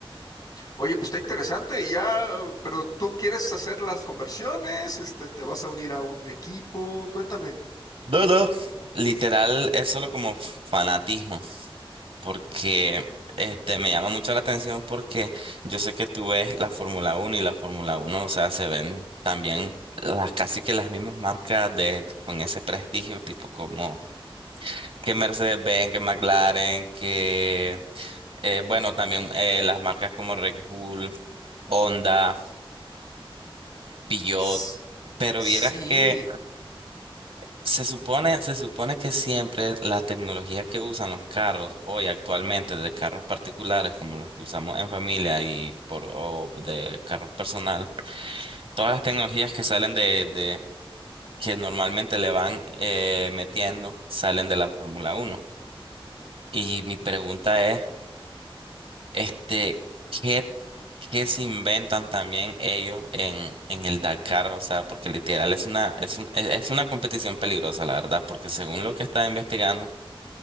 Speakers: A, on the left (about 45°); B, on the right (about 70°).
A: Oye, pues está interesante y ya, pero tú quieres hacer las conversiones, este, te vas a unir a un equipo, cuéntame.
B: No, no. Literal, es solo como fanatismo, porque este me llama mucho la atención porque yo sé que tú ves la Fórmula Uno y la Fórmula Uno, o sea, se ven también las casi que las mismas marcas de con ese prestigio, tipo como que Mercedes-Benz, que McLaren, que eh, bueno, también eh, las marcas como Red Bull, Honda, Peugeot,
A: S-
B: pero
A: Sí.
B: vieras que Se supone, se supone que siempre la tecnología que usan los carros hoy actualmente, de carros particulares como los que usamos en familia y por, o de carros personal, todas las tecnologías que salen de, de que normalmente le van eh, metiendo, salen de la Fórmula Uno. Y mi pregunta es, este, ¿qué, qué se inventan también ellos en, en el Dakar? O sea, porque literal es una, es un- es es una competición peligrosa, la verdad, porque según lo que estaba investigando,